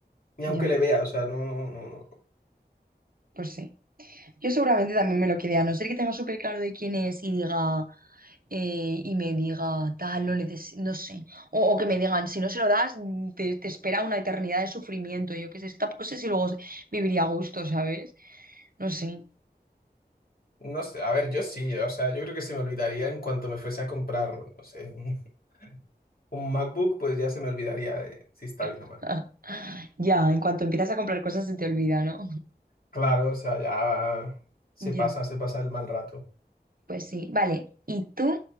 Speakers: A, on the left; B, on the right.
A: Ni aunque
B: ya,
A: le vea, o sea, no, no, no, no.
B: pues sí. Yo seguramente también me lo quede, a no ser que tenga súper claro de quién es y diga, eh, y me diga, tal, lo neces- no sé. O, o que me digan, si no se lo das, mm, te, te espera una eternidad de sufrimiento. Yo qué sé, es que tampoco sé si luego viviría a gusto, ¿sabes? No sé.
A: No sé, a ver, yo sí, o sea, yo creo que se me olvidaría en cuanto me fuese a comprar, no sé, <laughs> un, un MacBook, pues ya se me olvidaría de si está bien
B: <laughs>
A: o mal.
B: Ya, en cuanto empiezas a comprar cosas se te olvida, ¿no?
A: Claro, o sea, ya va- se
B: Ya.
A: pasa, se pasa el mal rato.
B: Pues sí, vale. ¿Y tú,